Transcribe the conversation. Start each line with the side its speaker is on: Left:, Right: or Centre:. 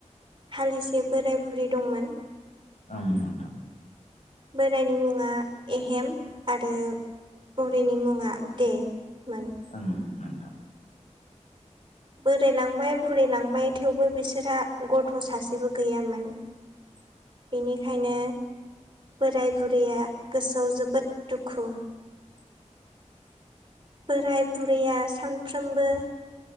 Right: हालिसे बोराय बुरै दंमोन।
Left: ओम नोंथां
Right: बोरायनि मुङा एहेम आरो बरैनि मुङा दे मोन
Left: ओम नों
Right: बोरायलांबाय बुरायलांबाय थेवबो बिसोरहा गथ' सासेबो गैयामोन।
Left: <inaudible>
Right: बेनिखायनो बोराय बुरैया गोसोआव जोबोद दुखु
Left: <inaudible>
Right: बोराय बुरैया सानफ्रोमबो